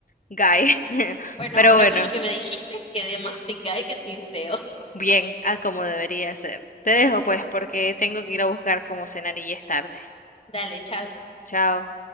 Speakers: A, on the left; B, on the left.
A: Guy. <laughs>
B: Bueno,
A: Pero
B: ahora
A: bueno,
B: con lo que me dijiste, quedé más tingay que tinteo.
A: bien, a como debería ser. Te dejo pues, porque tengo que ir a buscar cómo cenar y ya es tarde.
B: Dale, chao.
A: Chao.